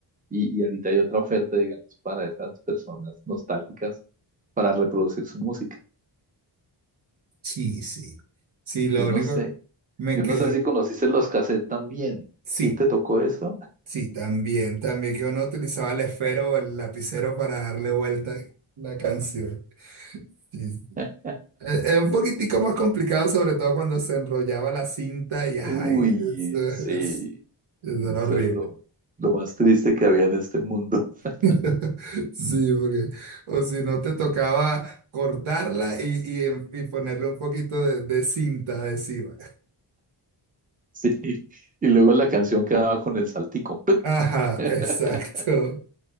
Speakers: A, on the right (about 15°); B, on the right (about 80°).
A: Y, y ahorita hay otra oferta, digamos, para esas personas nostálgicas para reproducir su música.
B: sí, sí. Sí, lo
A: Yo
B: único
A: no sé,
B: que me
A: yo
B: quedé,
A: no sé si conociste los cassettes también.
B: sí,
A: ¿Sí te tocó eso?
B: sí, también, también que uno utilizaba el esfero o el lapicero para darle vuelta a la canción. Sí, sí.
A: <laughs>
B: Eh, Es un poquitico más complicado, sobre todo cuando se enrollaba la cinta y ay,
A: Uy,
B: es, es-
A: sí,
B: es- era
A: eso
B: horrible.
A: era lo, lo más triste que había en este mundo. <laughs>
B: <laughs> Sí, porque, o si no te tocaba cortarla y, y, en- y ponerle un poquito de, de cinta adhesiva.
A: Sí, y luego la canción quedaba con el saltico.
B: <laughs> Ajá,
A: <laughs>
B: exacto.